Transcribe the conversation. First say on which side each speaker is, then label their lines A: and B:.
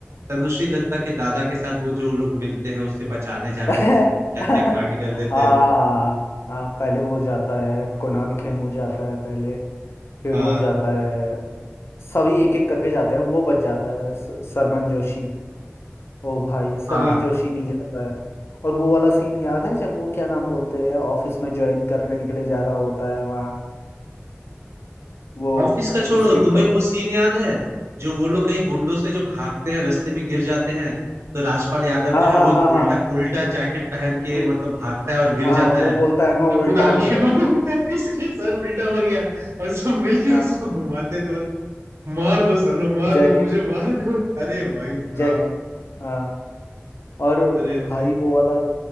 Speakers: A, on the right (about 80°); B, on the left (about 65°).
A: तनुश्री दत्ता के दादा के साथ वो जो लोग मिलते हैं उससे बचाने जाते
B: <laughs>
A: हैं तो
B: हाँ
A: क्या क्या कांड कर देते
B: हाँ
A: हैं
B: हाँ, पहले वो जाता है कुणाल खेमू जाता है पहले फिर
A: हाँ
B: वो जाता है सभी एक एक करके जाते हैं वो बच जाता है स- सरमन जोशी ओ भाई सरमन
A: हाँ
B: जोशी नहीं जाता है और वो वाला सीन याद है जब वो क्या नाम बोलते हैं ऑफिस में ज्वाइन करने के लिए जा रहा होता है वहाँ वो
A: ऑफिस का छोड़ो
B: उसके
A: तुम्हें
B: क...
A: वो सीन याद है जो वो लोग कहीं गुंडों से जो भागते हैं रास्ते में गिर जाते हैं तो राजपाल यादव
B: हाँ
A: जो है
B: हाँ
A: वो उल्टा
B: हाँ
A: उल्टा जैकेट पहन के
B: हाँ
A: मतलब भागता है और गिर
B: हाँ
A: जाता
B: वो
A: है
B: बोलता है मैं
A: तो
B: उल्टा
A: कुणाल
B: हो
A: के
B: गया
A: मुंह उल्टा है इसका सर उल्टा हो गया और सब मिलके
B: हाँ
A: उसको घुमाते थे बोलते मार दो सालो मार
B: जैक
A: दो मुझे मार दो अरे भाई साहब
B: जैक हाँ और
A: अरे भाई
B: भाई वो वाला